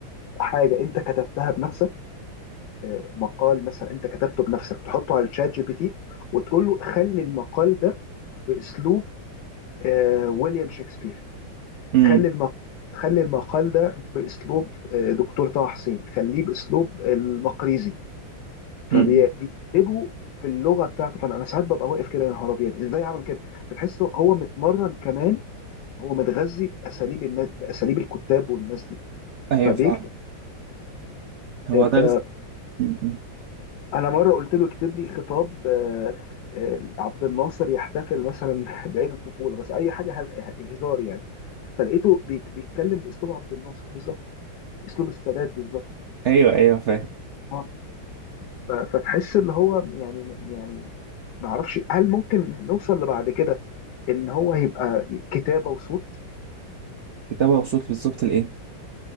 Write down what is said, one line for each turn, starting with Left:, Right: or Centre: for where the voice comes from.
Left: حاجه انت كتبتها بنفسك آه، مقال مثلا انت كتبته بنفسك تحطه على الشات جي بي تي وتقول له خلي المقال ده باسلوب آه، ويليام شكسبير
Right: امم
Left: خلي المقال خلي المقال ده باسلوب آه، دكتور طه حسين خليه باسلوب المقريزي فبيكتبوا
Right: امم
Left: في اللغه بتاعته فانا أنا ساعات ببقى واقف كده يا نهار ابيض ازاي عمل كده فتحس هو متمرن كمان هو متغذي باساليب الناس باساليب الكتاب والناس دي
Right: ايوه
Left: فبيكتب
Right: فاهم هو
Left: ف-
Right: ده رس- م- م.
Left: فانا مره قلت له اكتب لي خطاب آه، آه، عبد الناصر يحتفل مثلا <laughs> بعيد الطفوله بس اي حاجه هل- هزار يعني فلقيته بيك- بيتكلم باسلوب عبد الناصر بالظبط اسلوب السادات بالظبط
Right: ايوه ايوه فاهم
Left: اه ف- فتحس اللي هو يعني يعني ما اعرفش هل ممكن نوصل لبعد كده ان هو هيبقى كتابه وصوت
Right: كتابه وصوت بالظبط لايه